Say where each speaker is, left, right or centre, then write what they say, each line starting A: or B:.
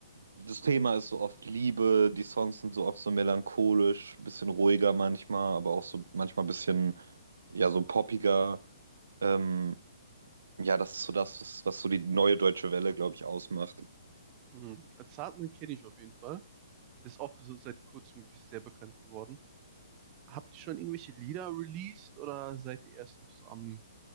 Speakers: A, on the right; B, on the right.
A: das Thema ist so oft Liebe, die Songs sind so oft so melancholisch, bisschen ruhiger manchmal, aber auch so manchmal bisschen, ja, so poppiger. Ähm, ja, das ist so das, was, was so die neue deutsche Welle, glaube ich, ausmacht.
B: Mhm. Zartman kenne ich auf jeden Fall. Das ist auch so seit kurzem, glaube ich, sehr bekannt geworden. Habt ihr schon irgendwelche Lieder released oder seid ihr erst noch so am